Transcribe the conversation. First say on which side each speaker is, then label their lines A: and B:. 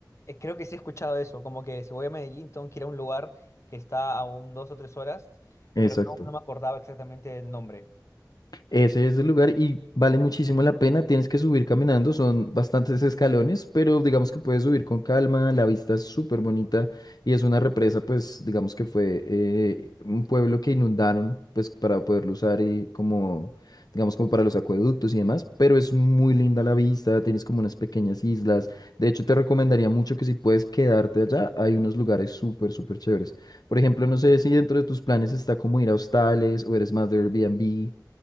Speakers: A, on the left (about 40°); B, on the left (about 60°).
A: Eh, creo que sí he escuchado eso, como que si voy a Medellín tengo que ir a un lugar que está a un dos o tres horas,
B: Exacto.
A: pero no, no me acordaba exactamente el nombre.
B: Ese es el lugar y vale muchísimo la pena. Tienes que subir caminando, son bastantes escalones, pero digamos que puedes subir con calma. La vista es súper bonita y es una represa, pues digamos que fue eh, un pueblo que inundaron, pues para poderlo usar y como, digamos, como para los acueductos y demás. Pero es muy linda la vista, tienes como unas pequeñas islas. De hecho, te recomendaría mucho que si puedes quedarte allá, hay unos lugares súper, súper chéveres. Por ejemplo, no sé si dentro de tus planes está como ir a hostales o eres más de Airbnb.